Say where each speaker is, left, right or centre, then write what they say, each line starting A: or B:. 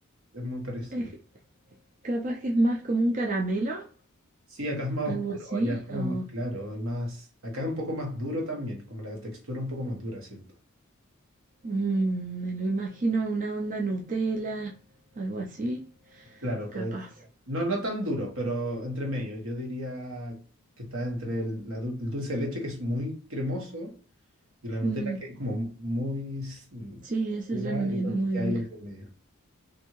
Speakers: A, on the right (about 75°); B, on the right (about 35°).
A: es muy parecido.
B: Es, capaz que es más como un caramelo,
A: Sí, acá es más
B: algo
A: oscuro,
B: así,
A: allá es como
B: o
A: más claro, y más, acá es un poco más duro también, como la textura un poco más dura, siento.
B: mm, me lo imagino una onda Nutella, algo así,
A: Claro,
B: capaz.
A: pues, no, no tan duro, pero entre medio. Yo diría que está entre el, la dul- el dulce de leche, que es muy cremoso, y la Nutella,
B: Mm,
A: que es como muy s- mm,
B: sí, eso
A: dura,
B: ya me
A: yo creo
B: muy
A: que
B: dura.
A: hay entre medio.